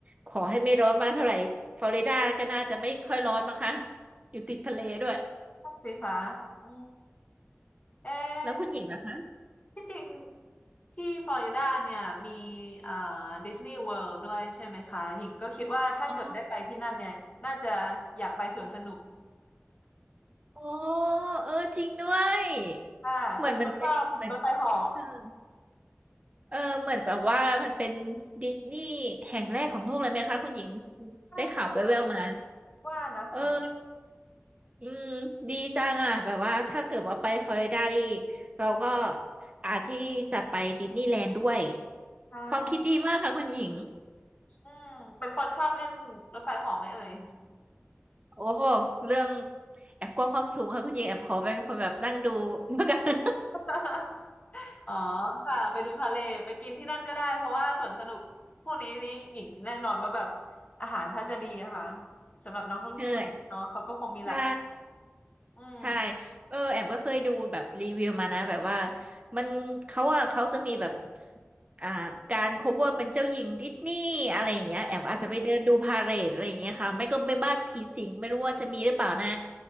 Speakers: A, on the right (about 30°); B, on the left (about 35°).
A: ขอให้ไม่ร้อนมากเท่าไหร่ฟลอริดาก็น่าจะไม่ค่อยร้อนมั้งคะอยู่ติดทะเลด้วย
B: พวกสิคะอืมเอ๊ะ
A: แล้วคุณหญิงล่ะคะ
B: ที่จริงที่ฟลอริดาเนี่ยมีเอ่อดิสนีย์เวิลด์ด้วยใช่ไหมคะหญิงก็คิดว่าถ้าเกิดได้ไปที่นั่นเนี่ยน่าจะอยากไปสวนสนุก
A: อ๋อโอ้เออจริงด้วย
B: <laughs> ค่ะเป็นคนชอบรถไฟเหาะ
A: เหมือนมันเป็นเหมือนอืมเออเหมือนแบบว่ามันเป็นดิสนีย์แห่งแรกของโลกเลยไหมคะคุณหญิง
B: ใช่ค่ะ
A: ได้ข่าวแว่วๆมา
B: ว่า <laughs> นะคะ
A: เออ อืมดีจังอ่ะแบบว่าถ้าเกิดว่าไปฟลอริดานี่เราก็อาจที่จะไปดิสนีย์แลนด์ด้วย
B: ใช่
A: ความคิดดีมากค่ะคุณหญิง
B: อืมเป็นคนชอบเล่นรถไฟเหาะไหมเอ่ย
A: โอ้เรื่องแอมกลัวความสูงค่ะคุณหญิงแอมขอเป็นคนแบบนั่งดู <laughs> แล้วกัน <laughs>
B: <laughs> อ๋อค่ะไปดูพาเลทไปกินที่นั่นก็ได้เพราะว่าสวนสนุกพวกนี้นี่หญิงแน่นอนว่าแบบอาหารถ้าจะดีนะคะสำหรับนักท่องเที่ยวเนาะเขาก็คงมีหลัก
A: เออใช่
B: อืม
A: ใช่เออแอมก็เคยดูแบบรีวิวมานะแบบว่ามันเขาอะเขาจะมีแบบอ่าการ cover เป็นเจ้าหญิงดิสนีย์อะไรอย่างเงี้ยแอมอาจจะไปเดินดูพาเหรดอะไรอย่างเงี้ยค่ะไม่ก็ไปบ้านผีสิงไม่รู้ว่าจะมีหรือเปล่านะ